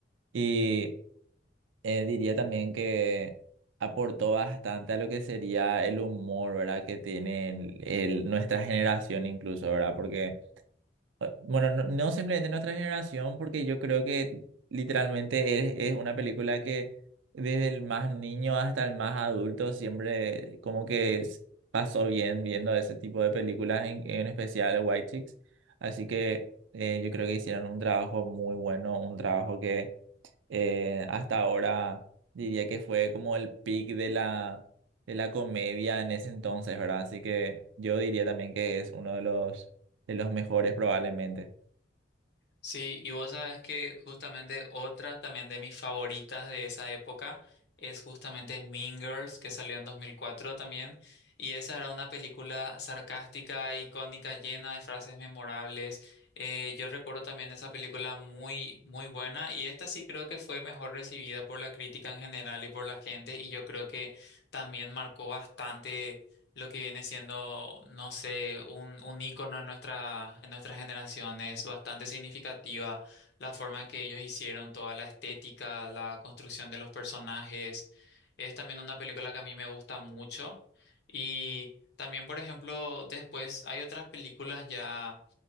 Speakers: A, on the right; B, on the left.
A: Y eh, diría también que aportó bastante a lo que sería el humor, ¿verdad? Que tiene el- el- nuestra generación incluso, ¿verdad? Porque... Ah, Bueno, no, no simplemente nuestra generación, porque yo creo que literalmente es, es una película que desde el más niño hasta el más adulto siempre como que s- pasó bien viendo ese tipo de películas, en, en especial White Chicks. Así que eh, yo creo que hicieron un trabajo muy bueno, un trabajo que eh, hasta ahora diría que fue como el peak de la, de la comedia en ese entonces, ¿verdad? Así que yo diría también que es uno de los de los mejores probablemente.
B: Sí, y vos sabes que justamente otra también de mis favoritas de esa época es justamente Mean Girls, que salió en 2004 también. Y esa era una película sarcástica, icónica, llena de frases memorables. Eh, yo recuerdo también esa película muy, muy buena. Y esta sí creo que fue mejor recibida por la crítica en general y por la gente. Y yo creo que también marcó bastante lo que viene siendo, no sé, un, un ícono en nuestra, en nuestra generación. Es bastante significativa la forma en que ellos hicieron toda la estética, la construcción de los personajes. Es también una película que a mí me gusta mucho. Y también, por ejemplo, después hay otras películas ya